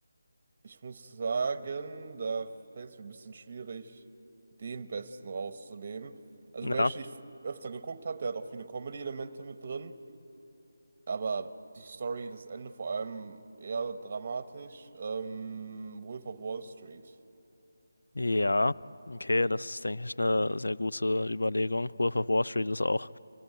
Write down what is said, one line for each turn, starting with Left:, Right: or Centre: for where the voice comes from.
Right: ich muss sagen, da fällt es mir ein bisschen schwierig, den Besten rauszunehmen. Also
Left: Ja.
Right: welchen ich öfter geguckt habe, der hat auch viele Comedy-Elemente mit drin. Aber die Story, das Ende vor allem eher dramatisch. Ähm, Wolf of Wall Street.
Left: Ja, okay, das ist, denke ich, eine sehr gute Überlegung. Wolf of Wall Street ist auch,